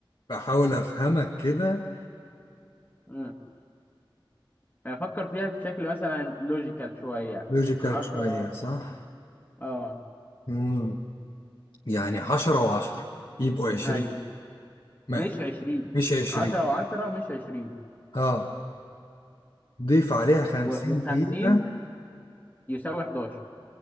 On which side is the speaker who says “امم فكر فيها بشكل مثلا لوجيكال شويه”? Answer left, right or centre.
Left